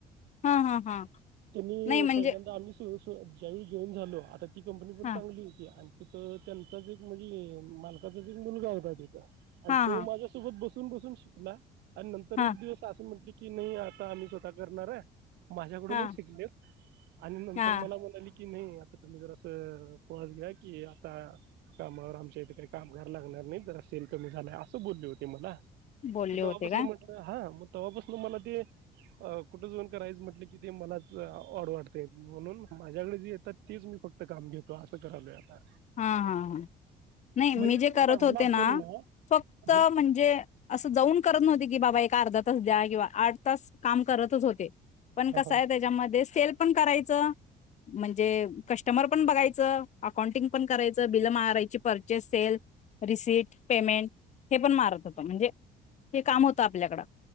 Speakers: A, on the left; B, on the right.
A: हा हा हा
B: त्यांनी
A: नाही म्हणजे
B: पहिल्यांदा आम्ही सु वळी घेऊन झालो आता ती कंपनी पण
A: हां
B: चांगली होती आणि तिथं त्यांचाच एक म्हणजे, मालकाचाच एक मुलगा होता तिथ आणि
A: हां
B: तो
A: हां
B: माझ्यासोबत बस बसून बसून शिकला. आणि नंतर
A: हां
B: एक दिवस आस म्हणतोय की कि नाही आता आम्ही स्वतः करणार आहे. माझ्याकडूनच
A: हां
B: शिकलेत आणि नंतर
A: हां
B: ली की नाही आता तुम्ही जर असं पॉज घ्या की, आता कामावर आमच्या इथ काय कामगार लागणार नाहीत जरा सेल कमी झालाय. असं बोलले होते मला.
A: बोलले
B: म
A: होते
B: तवापसन
A: काय
B: म्हटलं हा म तेव्हापासून मला ते कुठंजाऊन करायचं म्हटलं कि ते मलाच ऑड वाटते. म्हणून माझ्याकडे जी येतात, तीच मी फक्त काम घेतो असं करालोय आता.
A: हा हा हा नाही
B: मग
A: मी
B: हे
A: जे
B: जर
A: करत
B: चांगला
A: होते
B: असेल
A: ना, फक्त
B: जर
A: म्हणजे असं जाऊन करत नव्हते की बाबा एक अर्धा तास द्या किंवा आठ तास काम करतच होते. पण
B: हा
A: कसा
B: हा
A: आहे त्याच्यामध्ये सेल पण कराय म्हणजे कस्टमर पण बघायचं. अकाउंटिंग पण करायचं, बिल मारायची, पर सेल्फ, रिसि्ट पेमेंट हे पण मारत होतो म्हणजे हे काम होतं आपल्याकड.